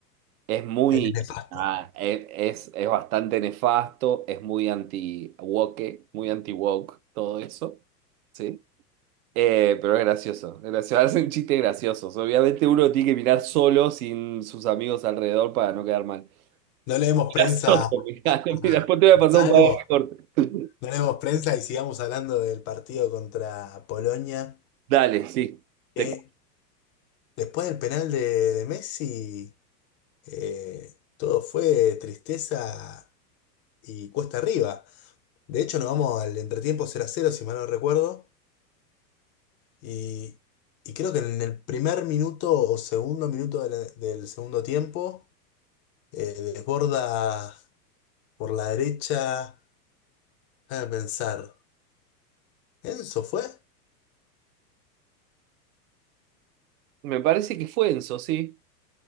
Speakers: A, on the right (about 60°); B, on the left (about 25°).
A: Es muy,
B: Él es nefasto.
A: ah, e- es, es bastante nefasto, es muy anti-woke, muy anti-woke, todo eso, ¿sí? Eh, pero es gracioso, es gracioso, <laughs> hacen chistes graciosos. Obviamente uno tiene que mirar solo, sin sus amigos alrededor, para no quedar mal.
B: No leemos
A: <laughs>
B: prensa a,
A: Mirá
B: a-
A: mirá,
B: a
A: mirá, después te voy a pasar
B: Azaro,
A: un par de recortes.
B: no leemos prensa y sigamos hablando del partido contra Polonia.
A: <laughs> Dale, sí. Te-
B: Eh, después del penal de, de Messi, eh, todo fue tristeza y cuesta arriba. De hecho, nos vamos al entretiempo cero a cero, si mal no recuerdo. Y, y creo que en el primer minuto o segundo minuto de la- del segundo tiempo, eh, desborda por la derecha. Déjame pensar. ¿Enzo fue?
A: me parece que fue Enzo, sí.